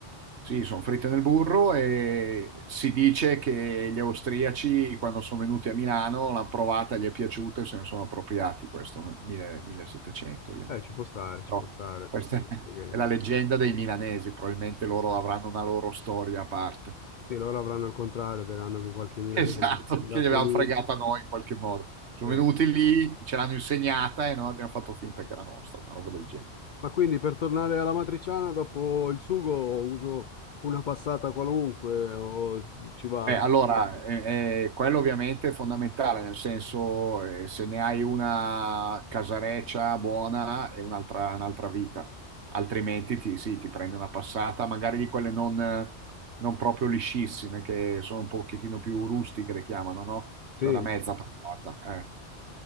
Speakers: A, on the right; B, on the left.
A: Sì, sono fritte nel burro e si dice che gli austriaci, quando sono venuti a Milano, l'hanno provata, gli è piaciuta e se ne sono appropriati, questo nel 1000 1700 ovviamente.
B: Eh, ci può stare, ci
A: Però
B: può stare.
A: questa
B: Visto
A: <laughs> è
B: che...
A: la leggenda dei milanesi, probabilmente loro avranno una loro storia a parte.
B: Sì, loro avranno il contrario, diranno che qualche
A: <laughs>
B: milanese
A: Esatto,
B: è andato
A: che gli avevano
B: lì.
A: fregata noi in qualche modo. Sono
B: eh.
A: venuti lì, ce l'hanno insegnata e noi abbiamo fatto finta che era nostra, una roba del genere.
B: Ma quindi per tornare alla matriciana, dopo il sugo uso una passata qualunque o ci va?
A: Eh, allora, eh, eh, quello ovviamente è fondamentale, nel senso eh, se ne hai una casareccia buona è un'altra un'altra vita, altrimenti ti, sì, ti prendi una passata, magari di quelle non, eh, non proprio liscissime, che sono un pochettino più rustiche, le chiamano, no? Cioè
B: Sì.
A: una mezza passata. eh.